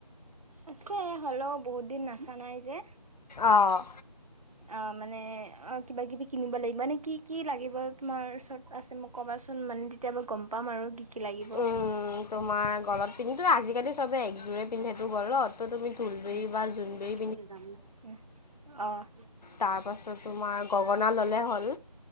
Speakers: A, on the right; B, on the left.
A: আছে হ'লেও বহুত দিন নাচা নাই যে।
B: অ',
A: অ', মানে অ', কিবা কিবি কিনিব লাগিব এনে কি, কি, লাগিব তোমাৰ ওচৰত আছে মোক কবা চোন মানে তেতিয়া মই গম পাম আৰু কি, কি, লাগিব।
B: উম তোমাৰ গলত পিন্ধাটো আজিকালি চবে একযোৰে পিন্ধেটো গলত ত' তুমি টোবিৰি
A: উম
B: বা জোনবিৰি
A: উম, অ',
B: তাৰ পাছত তোমাৰ গগনা ললে হ'ল।